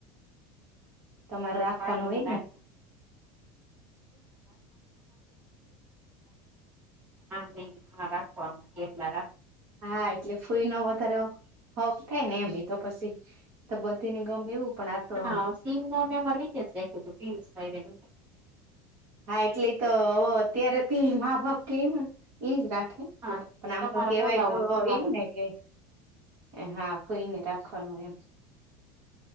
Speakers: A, on the right (about 50°); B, on the right (about 20°).
A: તમારે
B: <inaudible> એવું
A: રાખવાનું
B: કય
A: હોય ને
B: ને <unintelligible> હા રાખવામ કેટલા રા
A: હા એટલે ફુઈ નો વધાર હક થાય ને એમ એ તો પછી તો બધી ને ગમે એવું પણ આ તો
B: હા
A: આમ
B: સિવ ન મેં મારી રીતે જ રાયખુતુ પિયુષભાઈ
A: હા એટલે તો અત્યારે તે મા બાપ કેમ એજ રાખે
B: હા
A: પણ આમ
B: તમારે
A: તો કેવાય
B: બોલાવો
A: તો
B: ને તમારે
A: એ ને કે હા ફોઈને રાખવાનું એમ